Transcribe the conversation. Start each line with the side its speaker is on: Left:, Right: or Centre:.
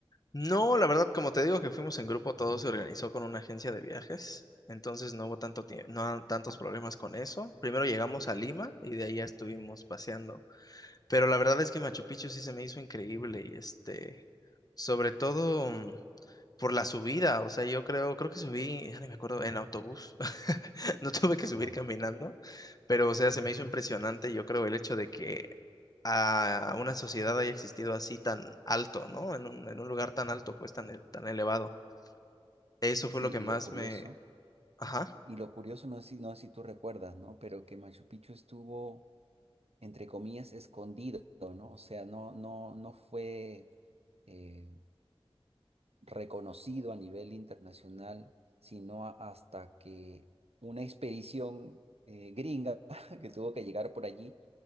Left: No, la verdad, como te digo que fuimos en grupo, todo se organizó con una agencia de viajes, entonces no hubo tanto tie- no ha- tantos problemas con eso. Primero llegamos a Lima y de ahí ya estuvimos paseando. Pero la verdad es que Machu Picchu sí se me hizo increíble y este, sobre todo mm, por la subida, o sea, yo creo, creo que subí, ya ni me acuerdo, en autobús, <laughs> no tuve que subir
Right: Claro.
Left: caminando, pero o sea, se me hizo impresionante, yo creo, el hecho de que a una sociedad haya existido así tan alto, ¿no? En un, en un lugar tan alto, pues tan, e- tan elevado. Eso
Right: Sí,
Left: fue lo que
Right: y
Left: más
Right: lo curioso,
Left: me... Ajá.
Right: y lo curioso no es si, no es si tú recuerdas, ¿no? Pero que Machu Picchu estuvo, entre comillas, escondido, ¿no? O sea, no, no, no fue. eh, reconocido a nivel internacional, sino a- hasta que una expedición eh, gringa <laughs> que tuvo que llegar por allí,